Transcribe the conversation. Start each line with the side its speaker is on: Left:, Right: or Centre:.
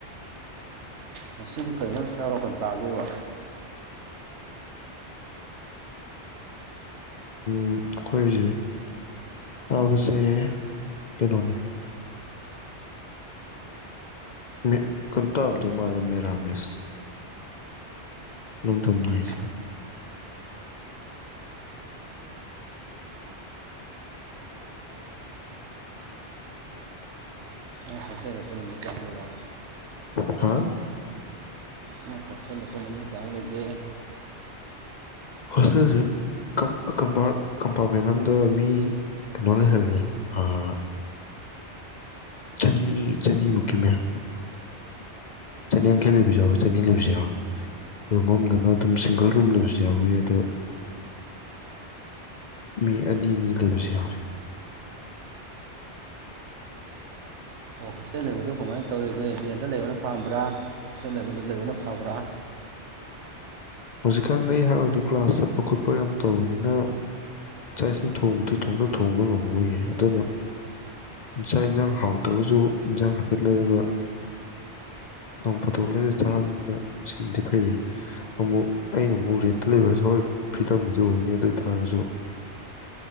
Right: ꯉꯁꯤꯒꯤ ꯀꯩ ꯏꯖꯥꯡ ꯆꯥꯕ ꯈꯣꯟ ꯇꯥꯒꯦꯕ
Left: ꯎꯝ ꯑꯈꯣꯏꯖ‌ꯦ ꯑꯥꯕꯖ‌ꯩ ꯀ‌ꯦꯅꯣꯅꯦ ꯃ‌ꯦ ꯀꯟꯅꯣ ꯇꯥꯔꯝꯗ‌ꯣꯏ ꯃꯥꯂꯦ ꯃꯦꯔꯥꯃꯦꯁ ꯅ‌ꯣꯡꯗꯝ ꯅꯥꯏꯖ‌ꯦ
Right: ꯎꯝ ꯍꯣꯁꯇꯦꯜꯗ ꯄꯨꯟꯅ ꯃꯩ ꯆꯥꯛꯅ ꯂꯩꯕ
Left: ꯍꯥ
Right: ꯅꯣꯏ ꯍꯣꯁꯇꯦꯟꯗ ꯄꯨꯟꯅ ꯃꯤ ꯀꯌꯥꯃꯨꯛ ꯂꯩꯒꯦ
Left: ꯍꯣꯁꯇꯦꯜꯖ‌ꯦ ꯀꯝ ꯑ ꯀꯝꯄꯥꯔ ꯀꯝꯄꯥꯔꯃꯦꯟ ꯑꯝꯗ ꯃꯤ ꯀ‌ꯦꯅꯣ ꯂꯩꯍꯜꯂꯦ ꯑꯥ ꯆꯅꯤ ꯆꯅꯤ ꯃꯨꯛꯀꯤ ꯃꯌꯥ ꯆꯅꯤ ꯌꯥꯡꯈꯩ ꯂꯩꯕꯖꯨ ꯌꯥꯎꯋꯤ ꯆꯅꯤ ꯂꯩꯕꯖꯨ ꯌꯥꯎ ꯔꯨꯝ ꯑꯝꯗꯅ ꯑꯗꯨꯝ ꯁꯤꯡꯒꯜ ꯔꯨꯝ ꯂꯩꯕꯖꯨ ꯌꯥꯎꯋꯤ ꯑꯗꯣ ꯃꯤ ꯑꯅꯤ ꯅꯤ ꯂꯩꯕꯖꯨ ꯌꯥꯎꯋꯦ
Right: ꯑꯣ ꯍꯣꯁꯇꯦꯟ ꯂꯩꯕꯗꯨ ꯀꯃꯥꯏꯟ ꯇꯧꯔꯤꯒꯦ ꯔ‌ꯦꯟꯗ ꯂꯩꯕꯅ ꯄꯥꯝꯕ꯭ꯔꯥ ꯍꯣꯁꯇꯦꯜ ꯂꯩꯕ ꯗꯨ ꯂꯩꯕꯅ ꯐꯕ꯭ꯔꯥ
Left: ꯍꯧꯖꯤꯛꯀꯥꯟ ꯅꯩ ꯍꯥꯏꯔꯨꯔꯗꯤ ꯀ꯭ꯂꯥꯁ ꯆꯠꯄ ꯈꯣꯠꯄ ꯌꯥꯝ ꯇꯧꯕꯅꯤꯅ ꯆꯥꯛ ꯏꯁꯤꯡ ꯊꯣꯡꯗꯤ ꯊꯣꯡꯗ ꯊꯣꯡꯕ ꯉꯝꯃꯣꯏꯌꯦ ꯑꯗꯨꯅ ꯆꯥ ꯏꯟꯖꯥꯡ ꯍꯥꯎꯇ꯭ꯔꯒꯖꯨ ꯏꯟꯖꯥꯡ ꯍꯥꯏꯐꯦꯠ ꯂꯩꯔꯒ ꯅꯣꯡ ꯐꯥꯗꯣꯛ ꯂꯩꯔ ꯆꯥꯕꯅ ꯁꯤꯟꯅꯗꯤ ꯐꯩꯌꯦ ꯑꯃꯨꯛ ꯑꯩ ꯑꯃꯨꯛ ꯔꯦꯟꯇ ꯂꯩꯕ ꯍꯥꯏꯁꯦ ꯍꯣꯏ ꯐ꯭ꯔꯤꯗꯝꯕꯨꯗꯤ ꯑꯣꯏꯅꯤ ꯑꯗꯨ ꯑꯣꯏꯇꯥꯥꯔꯒꯁꯨ